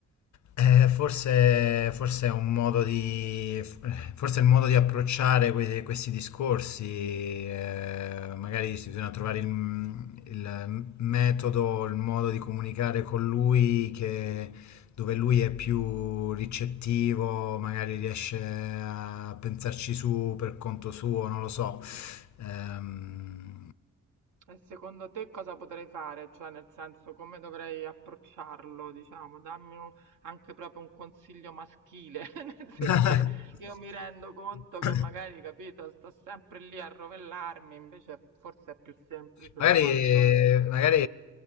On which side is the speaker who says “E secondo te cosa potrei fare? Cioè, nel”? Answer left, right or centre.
Right